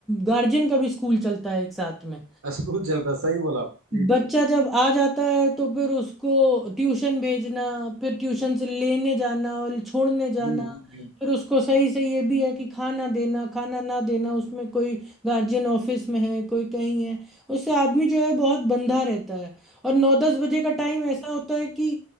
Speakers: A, in the centre; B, on the right.
A: गार्जियन का भी स्कूल चलता है एक साथ में
B: है स्कूल <laughs> चल रहा है सही बोला आपने। जी जी
A: बच्चा जब आ जाता है तो फिर उसको ट्यूशन भेजना फिर ट्यूशन से लेने जाना और छोड़ने जाना
B: हम्म हम्म
A: फिर उसको सही से ये भी है कि खाना देना खाना ना देना उसमें कोई गार्जियन ऑफिस में है कोई कहीं है उससे आदमी जो है बहुत बंधा रहता है और नौ दस बजे का टाइम ऐसा होता है कि